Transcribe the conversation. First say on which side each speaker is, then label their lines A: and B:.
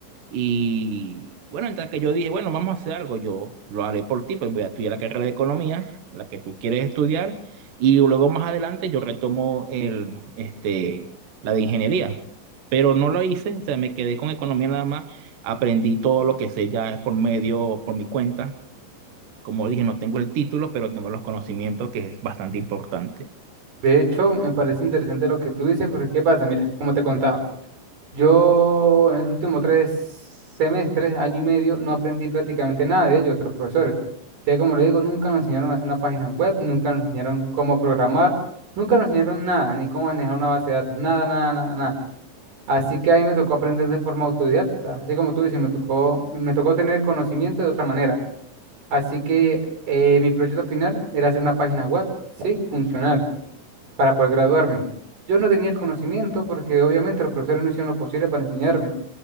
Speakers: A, on the right (about 75°); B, on the right (about 45°).
A: Y bueno, entonces que yo dije, bueno, vamos a hacer algo, yo lo haré por ti, pues voy a estudiar la carrera de economía, la que tú quieres estudiar, y luego más adelante yo retomo el, este, la de ingeniería pero no lo hice, o sea, me quedé con economía nada más, aprendí todo lo que sé ya por medio, por mi cuenta. Como dije, no tengo el título, pero tengo los conocimientos, que es bastante importante.
B: De hecho, me parece interesante lo que tú dices, porque ¿qué pasa? Mira, como te contaba, yo en los últimos tres semestres, año y medio, no aprendí prácticamente nada de ellos, otros profesores. Ya como le digo, nunca nos enseñaron a hacer una página web, nunca nos enseñaron cómo programar, nunca nos enseñaron nada, ni cómo manejar una base de datos, nada, nada, nada, nada. Así que a mí me tocó aprender de forma autodidacta, así como tú dices, me tocó, me tocó tener conocimiento de otra manera. Así que eh, mi proyecto final era hacer una página web, ¿sí? Funcional, para poder graduarme. Yo no tenía el conocimiento porque obviamente los profesores no hicieron lo posible para enseñarme,